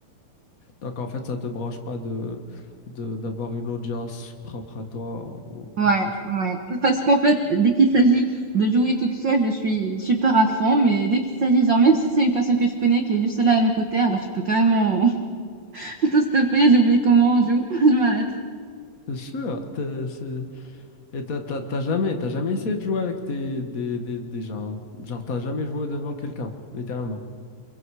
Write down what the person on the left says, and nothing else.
Donc en fait, ça te branche pas de, de, d'avoir une audience propre à toi ou
quelque chose.
C'est sûr, t'es- c'est Et t'as t'as- t'as jamais, t'as jamais essayé de jouer avec tes- des, des, des gens. Genre, t'as jamais joué devant quelqu'un, littéralement.